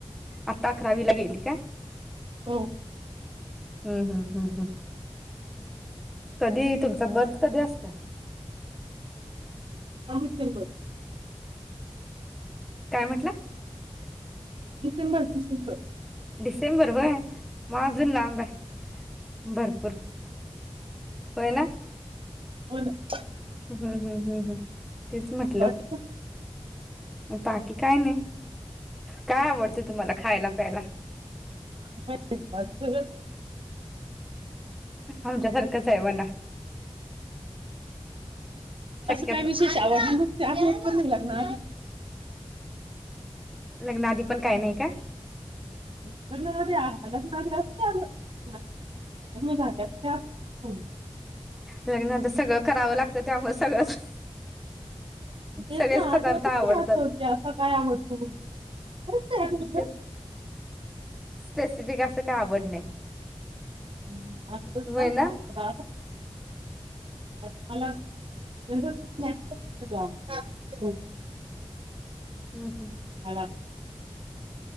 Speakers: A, in the centre; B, on the right (about 55°).
A: आत्ता अकरावीला गेली का?
B: हो
A: हम्म हम्म हम्म हम्म कधी तुमचा बर्थ कधी असतोय?
B: अमित सिलवट.
A: काय म्हटलां?
B: डिसेंबर डिसेंबर
A: डिसेंबर होय. म अजून लांब हाय भरपूर होय ना.
B: हो ना.
A: हम्म हम्म हम्म हम्म. तेच म्हटलं.
B: बाकी काय
A: बाकी काय नाही. काय आवडतें तुम्हाला खायला? खायला
B: <unintelligible> <unintelligible> असं
A: आमच्यासारखंच आहे म्हणा शक्यतो.
B: काय विशेष आवडतं म? <unintelligible> लागणार
A: लग्नाआधी पण काय नाही का?
B: <inaudible>
A: लग्ना नंतर सगळं करावं लाग त्यामुळे सगळंच
B: तेच
A: सगळेच
B: ना
A: पदार्थ
B: आठवतच
A: आवडतात
B: नाही असं की असं काय आवडतं? खरंच नाही आठवत ना.
A: ते स्पेसिफिक असं काय आवड नाही.
B: हम्म असं नसतं!
A: होय
B: असच
A: ना?
B: का? हॅ हॅलो म्हणुन नॅचरल प्रॉडक्ट आहे आमचे!
A: हम्म हम्म.
B: हा